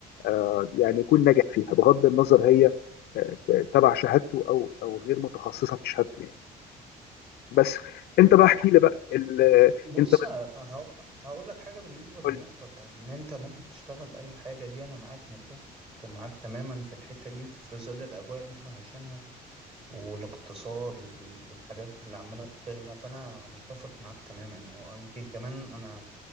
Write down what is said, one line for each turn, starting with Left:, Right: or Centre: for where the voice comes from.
Left: آه، يعني يكون ناجح فيها بغض النظر هي آه، تبع شهادته او او غير متخصصه في شهادته يعني بس انت بقى
Right: آه،
Left: احكي لي بقى ال...
Right: بص
Left: انت
Right: هقول هقول لك حاجة بالنسبة للنقطة
Left: بتقول لي
Right: بتاعت إن أنت ممكن تشتغل أي حاجة دي أنا معاك متفق معاك تماما في الحتة دي في ظل الأجواء اللي إحنا عايشينها والاقتصاد وال- والحاجات اللي عمالة بتغلى فأنا متفق معاك تماما ويمكن كمان أنا